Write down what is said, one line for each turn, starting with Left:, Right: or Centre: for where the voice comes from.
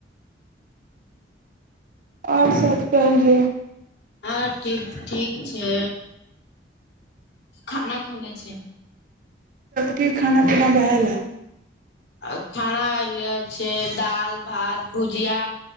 Right: आओर सब कहलियय
Left: हँ ठीक ठीक छै खाना खोल छै
Right: कि खाना पीना बहाय ल
Left: आ खानाल छै दाल भात भुजिया